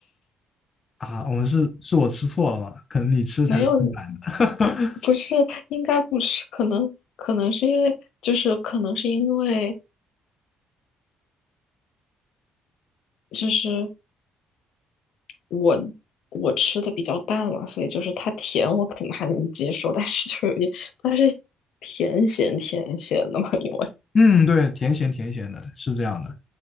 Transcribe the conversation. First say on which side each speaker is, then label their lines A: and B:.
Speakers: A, on the left (about 40°); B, on the left (about 80°).
A: 啊，我们是是我吃错了吗？可能你吃才是正版的。
B: 没有，不是，应该不是，可能可能是因为，就是可能是因为，就是我我吃的比较淡嘛，所以就是它甜我可能还能接受，但是就有点它是甜咸甜咸的嘛，因为
A: <laughs> 嗯，对，甜咸甜咸的，是这样的。